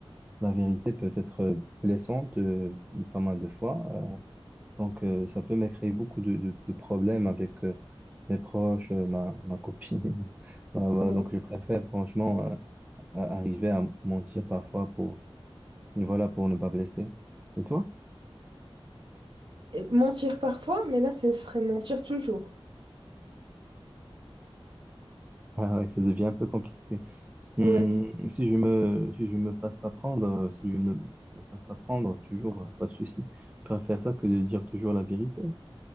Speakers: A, on the right; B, on the right.
A: la vérité peut être euh, blessante euh, pas mal de fois. euh, donc euh, ça peut me créer beaucoup de, de- de problèmes avec euh, mes proches, euh, ma, ma copine. <laughs> Bah, voilà,
B: Ouais.
A: donc je préfère franchement euh, à- arriver à mentir parfois pour, voilà, pour ne pas blesser. Et toi?
B: Et mentir parfois, mais là, ce serait mentir toujours.
A: Ah ouais, ça devient un peu compliqué. Hum,
B: Ouais,
A: si je me, si je me fasse pas prendre, euh, si je ne me, me fasse pas prendre, toujours, euh, pas de souci. Je préfère ça que de dire toujours la vérité.